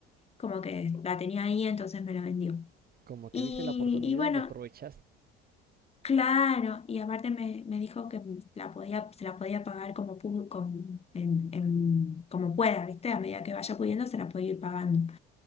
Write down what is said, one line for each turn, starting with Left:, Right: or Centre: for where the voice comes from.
Left: como que la tenía ahí, entonces me la vendió.
Right: Como que
Left: Y,
Right: viste la oportunidad
Left: y bueno,
Right: y aprovechaste.
Left: claro, y aparte me, me dijo que la podía, se la podía pagar como, pu- con- en- en- como pueda, ¿viste? A medida que vaya pudiendo, se la podía ir pagando.